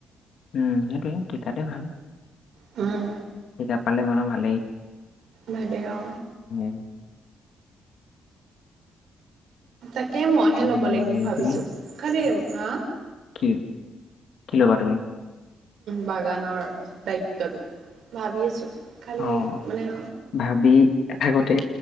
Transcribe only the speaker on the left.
উম, সেইটোৱে ঠিকাতে ভাল।
ঠিকাত পালে মানুহ ভালেই।
<unintelligible>
উম,
তুমি
কি, কি ল'বা তুমি?
অ',
ভাবি থাকোঁতে,